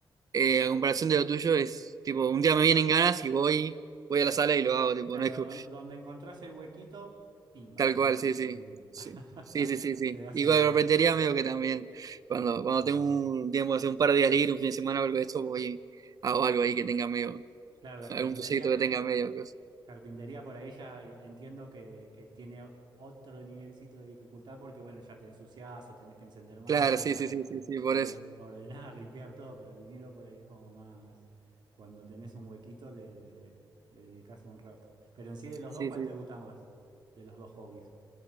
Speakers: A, on the right (about 45°); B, on the right (about 60°).
A: eh, a comparación de lo tuyo, es tipo, un día me vienen ganas y voy, voy a la sala y lo hago, tipo,
B: Claro,
A: no es co-
B: don- donde encontrás el huequito, pimba,
A: tal
B: un,
A: cual, sí,
B: un
A: sí.
B: vinilo.
A: Sí,
B: <laughs>
A: sí, sí, sí. sí.
B: Te das
A: Y
B: el
A: con la
B: gusto
A: carpintería medio que también, cuando,
B: también.
A: cuando tengo un tiempo, hace un par de días libre, un fin de semana o algo de esto, voy, hago algo ahí que tenga medio
B: Claro, la carpintería,
A: algún proyecto que tenga medio.
B: carpintería por ahí ya entiendo que, que tiene otro nivelcito de dificultad porque, bueno, ya te ensuciás o tenés que encender máquinas,
A: Claro, sí, sí, sí, sí, sí, por
B: orde-
A: eso.
B: ordenar, <laughs> limpiar todo, pero el vinilo por ahí es como más, cuando tenés un huequito le, le, le dedicás un rato. Pero en sí de los
A: Sí,
B: dos, ¿cuál
A: sí.
B: te gusta más? De los dos hobbies.